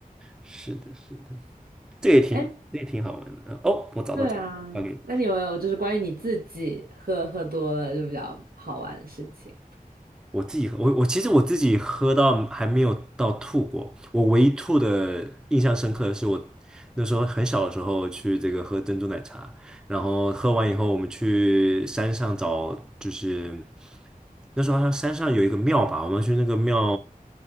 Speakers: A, in the centre; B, on the right.
A: 是的，是的，这也挺这也挺好玩的。
B: 哎，
A: 哦，我找到找到，
B: 对啊，
A: 发给你。
B: 那你有没有就是关于你自己喝喝多了就比较好玩的事情？
A: 我自己喝，我我其实我自己喝到还没有到吐过。我唯一吐的印象深刻的是我那时候很小的时候去这个喝珍珠奶茶，然后喝完以后我们去山上找，就是那时候好像山上有一个庙吧，我们去那个庙